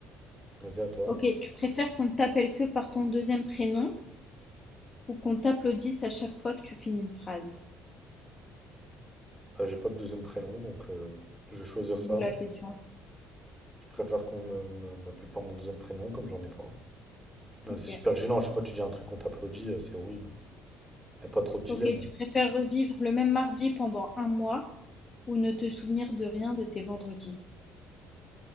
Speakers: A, in the centre; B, on the left.
A: Vas-y, à toi.
B: Ok, tu préfères qu'on t'appelle que par ton deuxième prénom ou qu'on t'applaudisse à chaque fois que tu finis une phrase?
A: Bah, j'ai pas de deuxième prénom, donc euh, je vais choisir ça.
B: D'où la question.
A: Je préfère qu'on me, me- m'appelle par mon deuxième prénom, comme j'en ai pas. Non, mais
B: OK.
A: c'est super gênant, à chaque fois que tu dis un truc, on t'applaudit, euh, c'est horrible. Y a pas trop de dilemme.
B: OK,
A: là.
B: tu préfères revivre le même mardi pendant un mois ou ne te souvenir de rien de tes vendredis?